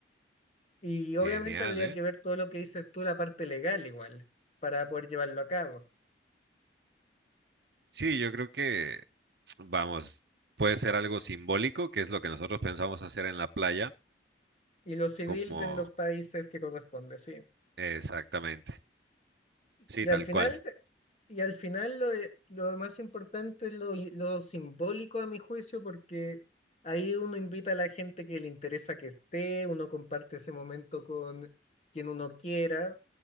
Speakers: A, on the left; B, on the right.
A: Y obviamente
B: Genial,
A: habría
B: ¿eh?
A: que ver todo lo que dices tú, la parte legal igual, para poder llevarlo a cabo.
B: Sí, yo creo que, vamos, puede ser algo simbólico, que es lo que nosotros pensamos hacer en la playa,
A: Y lo civil
B: como
A: de en los países que corresponde, sí.
B: exactamente, sí,
A: Y
B: tal
A: al final,
B: cual.
A: y al final lo, de- lo más importante es lo, lo simbólico a mi juicio, porque ahí uno invita a la gente que le interesa que esté, uno comparte ese momento con quien uno quiera.